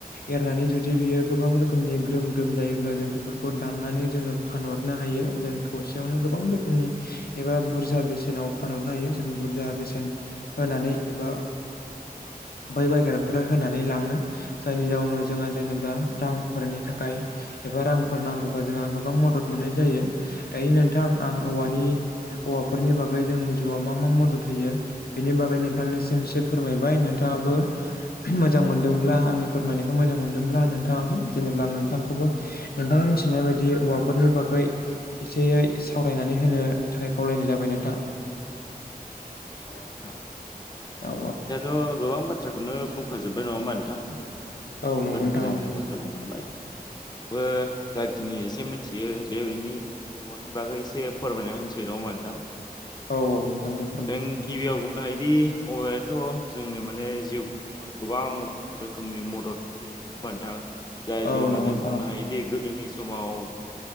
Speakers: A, on the left; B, on the left.
A: एरनानै जुदि बियो गोबां रोखोमनि ग्रोम ग्रोम जायोब्ला जों बेफोरखौ दनानै जोङो फानहरनो हायो जों थसेयावनो गोबां रोखोमनि एबा बुरजा बेसेना। फानहरनो हायो जों बुरजा बेसेन होनानै एबा।
B: <unintelligible>
A: बै बायग्राफोरा होनानै लाङो जायनि जाउनाव जोंहा जेनेबा रांफोरनि थाखाय एबा रां फोर नांगौबा जोंहा गोबां मदद मोननाय जायो दायो नोंथां। आं औवानि
B: औ
A: औवाफोरनि बागै जोंनि जिउआव मा मा मदद होयो बेनि बागै नोंथांनि। एसे
B: औ
A: फोरमायबाय नोंथाङाबो। मोजां मोनदोंब्ला आंनि फोरमायनायखौ मोजां मोनदोंब्ला नोंथाङाबो जेनेबा आं नोंथांखौबो नोंथाङा मिथिनाय बायदि हौवाफोरनि बागै एसेयै सावरायनानै होनो थाखाय खावलायनाय जाबाय नों थां।
B: औ नोंथां माने
A: औ
B: दाथ' गोबां बाथ्रा बेखौनो बुंख जोब्बाय नङा होनोमा नोंथाङा नोंथांथ'
A: औ
B: जोबोद
A: नंगौ नोंथां
B: मोजां
A: औ
B: मोजां बाथ्रा बुंलांबाय आंबो जाखिनि एसे मिथियो बे बेनि औवानि बागै एसे फोरमायना होनसै न' <unintelligible>
A: औ औ दे। फोरमाय
B: नों गिबियाव बुं बायदि औवायाथह जोंनो माने जिउ खुंनायाव गोबां रोखोमनि मदद होयो नोंथां जाय
A: औ
B: जेनेबा
A: नंगौ
B: जों
A: नोंथां
B: बुंनो
A: औ
B: हायोदि गोदो नि समाव